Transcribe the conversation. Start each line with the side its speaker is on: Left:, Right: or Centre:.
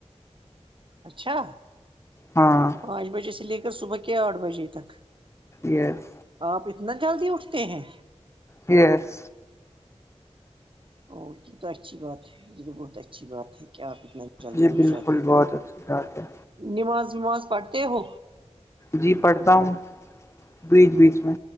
Right: اچھا
Left: ہاں
Right: پانچ بجے سے لے کر صبح کے آٹھ بجے تک
Left: یس
Right: آپ اتنا جلدی اٹھتے ہیں
Left: یس
Right: او یہ تو اچھی بات ہے یہ تو بہت اچھی اچھی بات ہے کیا آپ اتنا جلدی
Left: جی
Right: اٹھ
Left: بالکل
Right: جاتے
Left: بہت
Right: ہو ہ
Left: اچھی بات ہے
Right: نماز وماز پڑھتے ہو
Left: جی پڑھتا ہوں بیچ بیچ میں